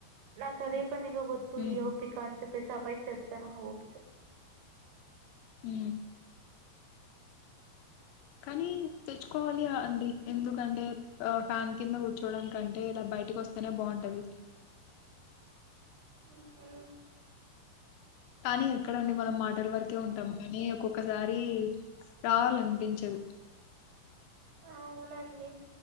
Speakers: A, on the right; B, on the left.
A: నాకు అదే పనిగ వద్దు
B: ఉమ్
A: ఈ ఓపిక అని చెప్ ప్పేసి అభైక్ చెప్తను అ ఓపికని
B: మ్ కానీ తెచ్చుకోవాలి అండి ఎందుకంటే ఫ్యాన్ కింద కూర్చోడం కంటే ఇలా బయటికి వస్తేనే బాగుంటది
A: మ్ హు
B: కానీ ఎక్కడండి మనం మాటల వరకే ఉం తమ్ కాని ఒక్కొక్కసారి రావాలనిపించదు
A: అవునండి